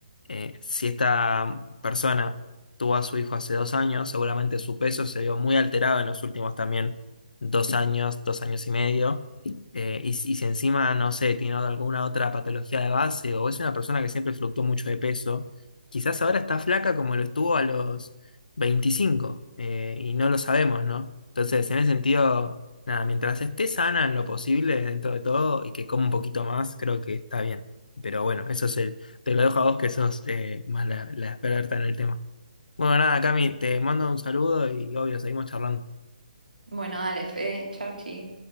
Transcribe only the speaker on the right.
Bueno, dale, Fede, chau, chi.